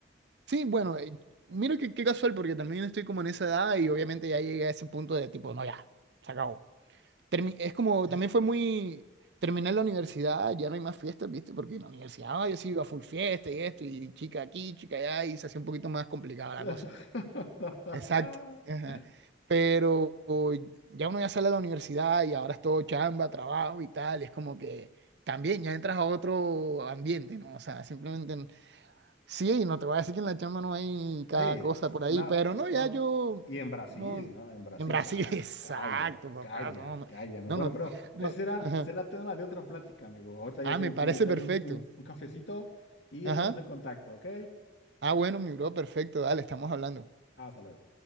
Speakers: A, on the right; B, on the left.
A: Sí, bueno, eh, mira que qué casual, porque también estoy como en esa edad y obviamente ya llegué a ese punto de tipo, no, ya, se acabó. Termi- es como, también fue muy, terminé la universidad, ya no hay más fiestas, ¿viste? Porque en la universidad ah, yo sí iba a full fiesta y esto, y chica aquí, chica allá, y se hacía un poquito más complicada la
B: <laughs>
A: cosa. Exacto. ajá. Pero o, ya uno ya sale de la universidad y ahora es todo chamba, trabajo y tal, y es como que también ya entras a otro ambiente, ¿no? O sea, simplemente n- sí, no te voy a decir que en la chamba no hay cada
B: Sí,
A: cosa por ahí,
B: no,
A: pero no,
B: no.
A: ya yo,
B: Y en Brasil,
A: no,
B: ¿no? En Brasil,
A: en Brasil,
B: ca-
A: <laughs> exacto,
B: calla,
A: papá,
B: calla,
A: no, no,
B: calla, amigo.
A: no,
B: Bueno,
A: no,
B: pero
A: no,
B: ese será,
A: ajá.
B: será tema de otra plática, amigo. Ahorita ya
A: Ah,
B: tengo
A: me parece
B: que irme a echarme
A: perfecto.
B: un un- un cafecito y
A: Ajá.
B: estamos en contacto, ¿ok?
A: Ah, bueno, mi bro, perfecto, dale, estamos hablando.
B: Hasta luego.